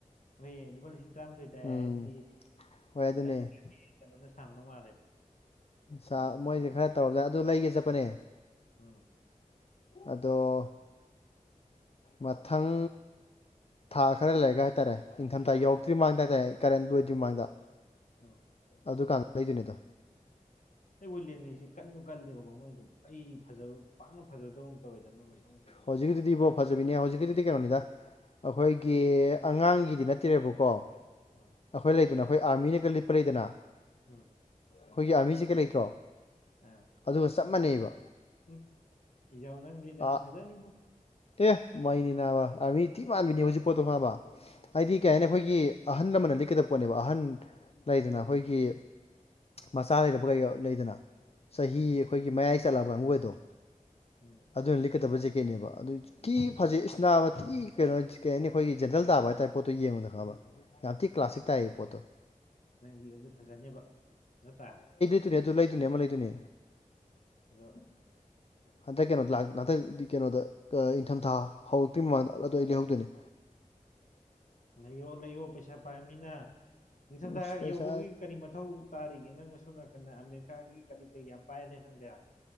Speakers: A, on the left; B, on the left.
A: ꯍ‌ꯣꯏꯌ‌ꯦ ꯂꯨꯄꯥ ꯂꯤꯁꯤꯡ ꯇꯔꯥꯃꯥꯊꯣꯏ ꯇꯥꯏ
B: ꯎꯝ
A: ꯍꯥꯏꯗꯨꯗꯤ
B: ꯍꯣꯏ ꯑꯗꯨꯅꯦ
A: ꯗꯥꯏꯅ‌ꯣꯁꯔꯁꯀꯤ ꯀꯩꯅꯣꯅ ꯁꯥꯔꯝꯗꯧ ꯃꯥꯜꯂꯦꯕ
B: ꯁꯥ ꯃꯣꯏꯁꯦ ꯈꯔ ꯇꯧꯔ ꯑꯗꯨ ꯂꯩꯒꯦ ꯆꯠꯄꯅꯦ
A: ꯎꯝ
B: ꯑꯗꯣ ꯃꯊꯪ ꯊꯥ ꯈꯔ ꯂꯩꯔꯒ ꯍꯥꯏꯇꯥꯔꯦ ꯏꯪꯊꯝꯊꯥ
A: ꯎꯝ
B: ꯌꯧꯔꯛꯇ꯭ꯔꯤꯃꯥꯡꯗ ꯍꯥꯏꯇꯥꯔꯦ ꯀꯔꯦꯟ ꯂꯣꯏꯗ꯭ꯔꯤꯃꯥꯡꯗ
A: ꯎꯝ
B: ꯑꯗꯨꯀꯥꯟꯗ ꯂꯩꯗꯣꯏꯅꯤꯗꯣ
A: ꯑꯗ‌ꯣ ꯋꯨꯠꯂ‌ꯦꯟꯒꯤꯁꯤ ꯀꯟꯁꯨ ꯀꯟꯂ‌ꯦꯕꯀ‌ꯣ ꯃꯣꯏꯗꯨꯝ ꯑꯩ ꯐꯖꯕ ꯄꯥꯛꯅ ꯐꯖꯗꯧ ꯇꯧꯋꯦꯗ ꯃꯣꯏ ꯃꯁꯛꯈꯩꯗꯣ
B: ꯍꯧꯖꯤꯛꯀꯤꯗꯨ ꯗꯤꯕ‌ꯣ ꯐꯖꯕꯤꯅꯦ ꯍꯧꯖꯤꯛꯀꯤꯗꯨꯗꯤ ꯀꯩꯅꯣꯅꯤꯗ ꯑꯩꯈꯣꯏꯒꯤ ꯑꯉꯥꯡꯒꯤꯗꯤ ꯅꯠꯇꯦꯔ‌ꯦꯕꯀꯣ
A: ꯎꯝ
B: ꯑꯩꯈꯣꯏ ꯂꯩꯗꯅ ꯑꯩꯈꯣꯏ ꯑꯥꯔꯃꯤꯅꯒ ꯂꯤꯠꯄ ꯂꯩꯗꯅ
A: ꯎꯝ
B: ꯑꯩꯈꯣꯏꯒꯤ ꯑꯥꯔꯃꯤ ꯖ‌ꯦꯀ‌ꯦꯠ ꯂꯩꯇ꯭ꯔꯣ
A: ꯑ
B: ꯑꯗꯨꯒ ꯆꯞ ꯃꯥꯟꯅꯩꯕ
A: ꯎꯝ ꯏꯖꯧ ꯋꯅꯪ ꯂꯤꯠꯂꯗꯤ
B: ꯑ
A: ꯐꯖꯥꯅꯤꯕꯣ
B: ꯑꯦ ꯃꯩꯅꯤ ꯅꯥꯕ ꯑꯥꯔꯃꯤ ꯊꯤ ꯃꯥꯟꯕꯤꯅ‌ꯦ ꯍꯧꯖꯤꯛ ꯄꯣꯠꯇꯣ ꯈꯪꯉꯕ ꯍꯥꯏꯗꯤ
A: ꯎꯝ
B: ꯀꯩ ꯍꯥꯏꯅꯤ ꯑꯩꯈꯣꯏꯒꯤ ꯑꯍꯜ ꯑꯃꯅ ꯂꯤꯠꯀꯗꯕ ꯄꯣꯠꯅꯦꯕ ꯑꯍꯟ ꯂꯩꯗꯅ ꯑꯩꯈꯣꯏꯒꯤ ꯃꯆꯥ ꯂꯩꯔꯕ ꯀꯩ ꯂꯩꯗꯅ ꯆꯍꯤ
A: ꯎꯝ
B: ꯑꯩꯈꯣꯏꯒꯤ ꯃꯌꯥꯏ ꯆꯠꯂꯕ ꯀꯥꯡꯉꯨꯗꯣ
A: ꯎꯝ
B: ꯑꯗꯨꯅ ꯂꯤꯠꯀꯗꯕ ꯖꯦꯀꯦꯠꯅꯦꯕ ꯑꯗꯨ ꯊꯤ ꯐꯖꯩ ꯏꯁ ꯅꯥꯕ ꯊꯤ ꯀꯩꯅꯣ ꯀꯩ ꯍꯥꯏꯅꯤ ꯑꯩꯈꯣꯏꯒꯤ ꯖꯦꯟꯇꯜ ꯇꯥꯕ ꯍꯥꯏ ꯇꯞ ꯄꯣꯠꯇꯣ ꯌꯦꯡꯕꯗ ꯈꯪꯉꯕ ꯌꯥꯝ ꯊꯤ ꯀ꯭ꯂꯥꯁꯤꯛ ꯇꯥꯏꯌꯦ ꯄꯣꯠꯇꯣ
A: ꯅꯪ ꯂꯤꯠꯂꯗꯤ ꯐꯖꯅꯦꯕ ꯅꯠꯇ꯭ꯔꯥ
B: ꯑꯗꯨꯅꯦ ꯑꯗꯨ ꯂꯩꯗꯣꯏꯅꯦ ꯑꯃ ꯂꯩꯗꯨꯅꯦ
A: ꯑꯗꯣ
B: ꯍꯟꯗꯛ ꯀꯩꯅꯣꯗ ꯍꯟꯗꯛ ꯀꯩꯅꯣꯗ ꯏꯪꯊꯝꯊꯥ ꯍꯧꯔꯛꯇ꯭ ꯃꯃꯥꯡꯗ ꯑꯗꯨꯗꯣ ꯑꯩ ꯂꯩꯍꯧꯗꯣꯏꯅꯦ
A: ꯂꯩꯌꯣ ꯂꯩꯌꯣ ꯄꯩꯁꯥ ꯄꯥꯏꯝꯅꯤꯅ ꯅꯤꯡꯊꯝꯊꯥ
B: ꯏꯁ ꯄꯩꯁꯥ
A: ꯌꯧꯕꯒꯤ ꯀꯔꯤ ꯃꯊꯧ ꯇꯥꯔꯤꯒ ꯅꯪꯅ ꯁꯣꯝ ꯅꯥꯀꯟꯗ ꯑꯃꯦꯔꯤꯀꯥꯒꯤ ꯀꯔꯤ ꯀꯔꯤ ꯌꯥꯝ ꯄꯥꯏꯗ꯭ꯔꯦ ꯅꯪꯗꯤ